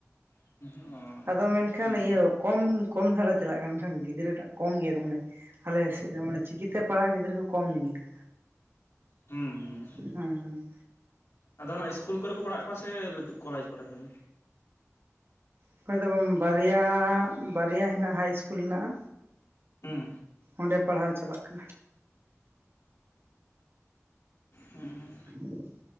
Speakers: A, on the left; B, on the right.
A: <unintelligible>
B: ᱟᱫᱚ ᱢᱮᱱᱠᱷᱟᱱ ᱤᱭᱟᱹ ᱠᱚᱢ ᱠᱚᱢ ᱫᱷᱟᱨᱟ ᱪᱟᱞᱟᱜ ᱠᱟᱱ ᱛᱟᱦᱮᱸᱫ ᱜᱤᱫᱽᱨᱟᱹ ᱴᱟᱜ ᱠᱚᱢ ᱜᱮᱭᱟ ᱠᱚ ᱢᱟᱱᱮ ᱟᱞᱮ ᱥᱮᱫ ᱫᱚ ᱢᱟᱱᱮ ᱪᱤᱠᱤᱛᱮ ᱯᱟᱲᱦᱟᱜ ᱜᱤᱫᱽᱨᱟᱹ ᱠᱚ ᱠᱚᱢ ᱜᱮᱭᱟ᱾
A: ᱦᱩᱸ ᱦᱩᱸ᱾
B: ᱦᱩᱸ ᱦᱩᱸ᱾
A: ᱟᱫᱚ ᱚᱱᱟ ᱤᱥᱠᱩᱞ ᱠᱚᱨᱮ ᱠᱚ ᱯᱟᱲᱦᱟᱣᱮᱜ ᱠᱚᱣᱟ ᱥᱮ ᱞᱟᱹᱴᱩ ᱠᱚᱞᱮᱡᱽ ᱠᱚᱨᱮ ᱠᱷᱚᱱ?
B: ᱚᱠᱚᱭ ᱫᱚ ᱵᱟᱨᱭᱟ ᱵᱟᱨᱭᱟ ᱦᱮᱱᱟᱜᱼᱟ ᱦᱟᱭ ᱤᱥᱠᱩᱞ ᱦᱮᱱᱟᱜᱼᱟ᱾
A: ᱦᱩᱸ
B: ᱚᱸᱰᱮ ᱯᱟᱲᱦᱟᱣ ᱪᱟᱞᱟᱜ ᱠᱟᱱᱟ᱾
A: ᱦᱩᱸ᱾
B: <inaudible>